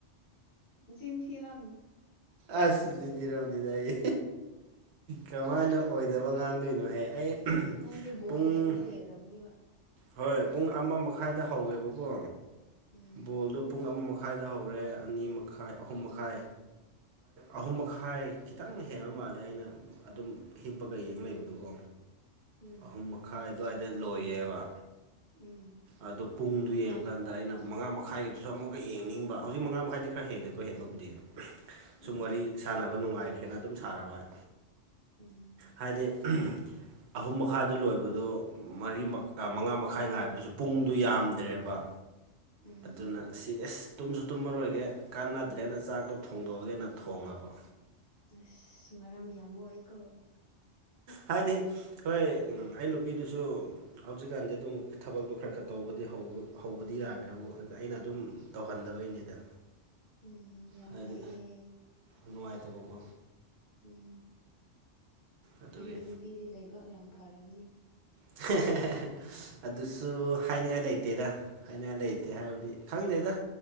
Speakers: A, on the left; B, on the right.
A: ꯇꯤꯟ ꯊꯔ
B: ꯑꯁ ꯇꯤꯟꯗꯤꯔꯝꯅꯤꯗ ꯑꯩ ꯀꯃꯥꯏꯅ ꯑꯣꯏꯗꯕ ꯉꯥꯡꯗꯣꯏꯅꯣꯍꯦ ꯑꯩ
A: ꯅꯪꯗꯤ ꯕꯣꯔ
B: ꯄꯨꯡ
A: ꯌꯦꯡꯒ ꯂꯩꯔꯝꯅꯦꯕ
B: ꯍꯣꯏ ꯄꯨꯡ ꯑꯃ ꯃꯈꯥꯏꯗ ꯍꯧꯋꯦꯕꯀꯣ
A: ꯎꯝ
B: ꯕꯣꯜꯗꯣ ꯄꯨꯡ ꯑꯃ ꯃꯈꯥꯏꯗ ꯍꯧꯔꯦ ꯑꯅꯤ ꯃꯈꯥꯏ ꯑꯍꯨꯝ ꯃꯈꯥꯏ ꯑꯍꯨꯝ ꯃꯈꯥꯏ ꯈꯤꯇꯪ ꯍꯦꯟꯕ ꯃꯥꯜꯂꯦ ꯑꯩꯅ ꯑꯗꯨꯝ ꯍꯤꯞꯄꯒ ꯌꯦꯡ ꯂꯩꯕꯗꯨꯀꯣ
A: ꯎꯝ
B: ꯑꯍꯨꯝ ꯃꯈꯥꯏ ꯑꯗꯨꯋꯥꯏꯗ ꯂꯣꯏꯌꯦꯕ
A: ꯎꯝ
B: ꯑꯗꯨꯗꯣ ꯄꯨꯡꯗꯨ ꯌꯦꯡꯉꯀꯥꯟꯗ ꯑꯩꯅ ꯃꯉꯥ ꯃꯈꯥꯏꯒꯤꯗꯨꯁꯨ ꯑꯃꯨꯛꯀ ꯌꯦꯡꯅꯤꯡꯕ ꯍꯧꯖꯤꯛ ꯃꯉꯥ ꯃꯈꯥꯏꯗꯤ ꯈꯔ ꯍꯦꯜꯂꯦꯀꯣ ꯍꯦꯟꯅꯕꯨꯗꯤ ꯁꯨꯝ
A: ꯎꯝ
B: ꯋꯥꯔꯤ ꯁꯥꯟꯅꯕ ꯅꯨꯡꯉꯥꯏꯈꯦꯅ ꯑꯗꯨꯝ ꯁꯥꯅꯕ ꯍꯥꯏ
A: ꯎꯝ
B: ꯍꯥꯏꯗꯤ <unintelligible> ꯑꯍꯨꯝ ꯃꯈꯥꯏꯗ ꯂꯣꯏꯕꯗꯨ ꯃꯔꯤ ꯃꯥ ꯃꯉꯥ ꯃꯈꯥꯏ ꯉꯥꯏꯕꯗꯨꯁꯨ ꯄꯨꯡꯗꯨ ꯌꯥꯝꯗ꯭ꯔꯦꯕ
A: ꯎꯝ
B: ꯑꯗꯨꯅ ꯑꯁꯤꯗꯤ ꯏꯁ ꯇꯨꯝꯁꯨ ꯇꯨꯝꯃꯔꯣꯏꯒꯦ ꯀꯥꯟꯅꯗ꯭ꯔꯦꯅ ꯆꯥꯛꯇꯣ ꯊꯣꯡꯗꯣꯛꯑꯒꯦꯅ ꯊꯣꯡꯉꯕ
A: ꯑꯁ ꯃꯔꯝ ꯌꯥꯝ ꯃꯣꯛꯏꯀꯣ
B: ꯍꯥꯏꯗꯤ ꯍꯣꯏ ꯑꯪ ꯑꯩ ꯅꯨꯄꯤꯗꯨꯁꯨ ꯍꯧꯖꯤꯛꯀꯥꯟꯗꯤ ꯑꯗꯨꯝ ꯊꯕꯛꯇꯣ ꯈꯔ ꯈꯔ ꯇꯧꯕꯗꯤ ꯍꯧꯕ ꯍꯧꯕꯗꯤ ꯌꯥꯔꯦ ꯑꯗꯨꯕꯨ ꯑꯩꯅ ꯑꯗꯨꯝ ꯇꯧꯍꯟꯗꯕꯩꯅꯤꯗ
A: ꯎꯝ ꯌꯥꯝ
B: ꯍꯥꯏꯗꯤ
A: ꯐꯩꯌꯦ
B: ꯅꯨꯡꯉꯥꯏꯇꯕꯀꯣ
A: ꯎꯝ
B: ꯑꯗꯨꯒꯤ
A: ꯅꯪꯒꯤ ꯅꯨꯄꯤꯗꯤ ꯂꯩꯕꯥꯛ ꯌꯥꯝ ꯐꯔꯝꯅꯤ
B: <unintelligible> ꯑꯗꯨꯁꯨ ꯍꯥꯏꯅꯤꯡꯉꯥꯏ ꯂꯩꯇꯦꯗ ꯍꯥꯏꯅꯤꯡꯉꯥꯏ ꯂꯩꯇꯦ ꯍꯥꯏꯕꯗꯤ ꯈꯪꯗꯦꯗ